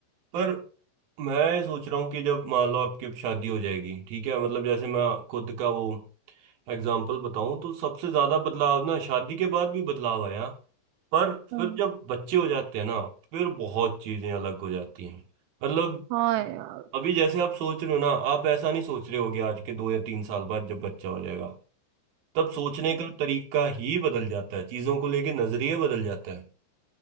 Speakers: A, on the right (about 65°); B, on the right (about 85°).
A: पर मैं सोच रहा हूँ कि जब मान लो आपकी अब शादी हो जाएगी ठीक है मतलब जैसे मैं खुद का वो एग्जाम्पल बताऊं तो सबसे ज्यादा बदलाव ना शादी के बाद भी बदलाव आया पर
B: हम्म
A: फिर जब बच्चे हो जाते हैं ना फिर बहुत चीजें अलग हो जाती हैं मतलब
B: हाँ यार
A: अभी जैसे आप सोच रहे हो ना आप ऐसा नहीं सोच रहे होगे आज के दो या तीन साल बाद जब बच्चा हो जाएगा तब सोचने का तरीका ही बदल जाता है चीजों को लेके नजरिया बदल जाता है